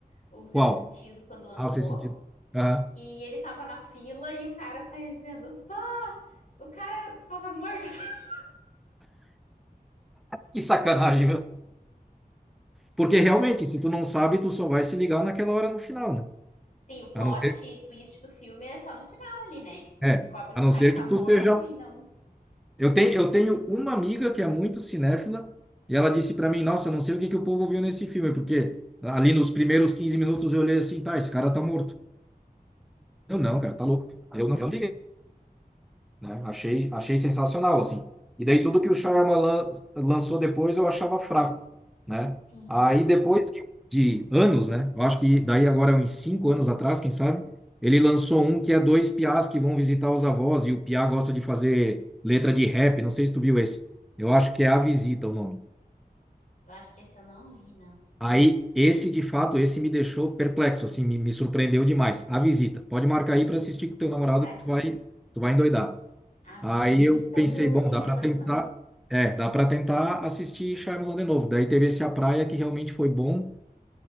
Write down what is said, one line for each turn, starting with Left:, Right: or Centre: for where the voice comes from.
Left: o Sexto
Centre: Qual?
Left: Sentido quando lançou,
Centre: Ah, O Sexto Sentido. Aham.
Left: e ele tava na fila e o cara saiu dizendo: pá, o cara tava morto. <laughs>
Centre: Que sacanagem, meu. Porque realmente, se tu não sabe, tu só vai se ligar naquela hora no final, né?
Left: Sim, o plot
Centre: A não ser,
Left: twist do filme é só no final ali, né? Tu
Centre: é,
Left: descobre que
Centre: a
Left: o
Centre: não
Left: cara
Centre: ser
Left: tá
Centre: que
Left: morto
Centre: tu seja.
Left: e não.
Centre: Eu tenho, eu tenho uma amiga que é muito cinéfila e ela disse para mim, nossa, eu não sei o que que o povo viu nesse filme, porque ali nos primeiros 15 minutos eu olhei assim, tá, esse cara tá morto. Eu não, cara, tá louco. Eu não. eu não liguei né? Achei, achei sensacional, assim. E daí tudo que o Shyamalan lançou depois eu achava fraco, né?
Left: Sim,
Centre: Aí depois de, de anos, né? Eu acho que daí agora é uns cinco anos atrás, quem sabe, ele lançou um que é dois piás que vão visitar os avós e o piá gosta de fazer letra de rap, não sei se tu viu esse. Eu acho que é A Visita o nome.
Left: eu acho que esse eu não vi, não.
Centre: Aí esse, de fato, esse me deixou perplexo, assim, me, me surpreendeu demais. A Visita. Pode marcar aí para assistir com
Left: Vou
Centre: teu
Left: procurar
Centre: namorado que
Left: então.
Centre: tu vai, tu vai endoidar.
Left: A
Centre: Aí
Left: Visita
Centre: eu pensei,
Left: do
Centre: bom,
Left: Shyamalan.
Centre: dá para tentar, é, dá para tentar assistir Shyamalan de novo. Daí teve esse A Praia que realmente foi bom.